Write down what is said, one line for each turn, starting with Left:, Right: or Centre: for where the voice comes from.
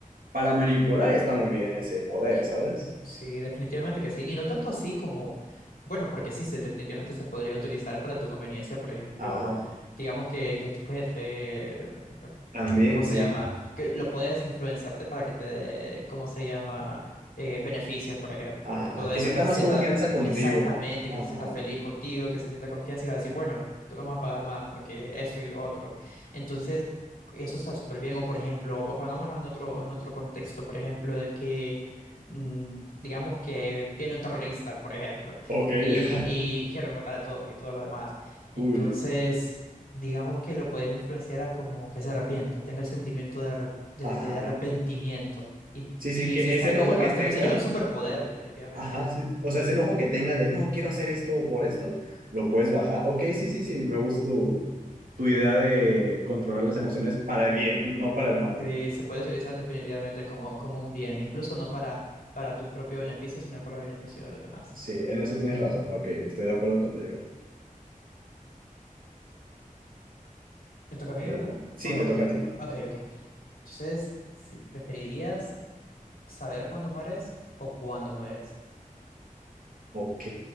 Right: Para manipular está muy bien ese poder,
Left: Que-
Right: ¿sabes?
Left: Sí, definitivamente que sí. Y no tanto así como, bueno, porque sí, se definitivamente se podría utilizar para tu conveniencia. Por ejemplo,
Right: Ajá,
Left: digamos que, que tu jefe, eh,
Right: también,
Left: eh, ¿cómo se
Right: sí.
Left: llama? Que lo puedes influenciarte para que te dé, ¿cómo se llama? Eh, beneficios, por ejemplo,
Right: Ajá,
Left: y todo
Right: que
Left: eso.
Right: sienta
Left: Que se
Right: más
Left: sienta
Right: confianza contigo.
Left: exactamente,
Right: Ajá,
Left: que se sienta feliz contigo, que se sienta confianza y va a decir, bueno, te vamos a pagar más porque esto y lo otro. Entonces, eso está súper bien. O, por ejemplo, pongámonos en otro, en otro contexto, por ejemplo, de que mm, digamos que viene un terrorista, por ejemplo,
Right: ok,
Left: y,
Right: <laughs>
Left: y quiere matar a todos y todo lo demás. Entonces,
Right: uy,
Left: digamos que lo puedes influenciar a como que se arrepienta, tenga el sentimiento de, arre- de,
Right: ajá.
Left: de de arrepentimiento. Y,
Right: Sí,
Left: y
Right: sí, que
Left: hiciste
Right: ese
Left: algo
Right: enojo
Left: bueno,
Right: que
Left: hasta
Right: tenga
Left: sería un superpoder, definitivamente.
Right: Ajá, sí. O sea, ese enojo que tenga de no, quiero hacer esto por esto, lo puedes bajar. Ok, sí, sí, sí, me gusta tu, tu idea de controlar las emociones para el bien, <laughs> no para el mal.
Left: Sí, se puede utilizar definitivamente como, como un bien, incluso no para, para tu propio beneficio, sino para el beneficio de los demás.
Right: Sí, en eso tienes razón. Ok, estoy de acuerdo contigo.
Left: Me toca a mí,
Right: Eh,
Left: ¿verdad?
Right: sí,
Left: ¿O no?
Right: te toca a ti.
Left: O- Ok, ok. Entonces, si preferirías saber cuándo mueres o cuándo mueres.
Right: Ok,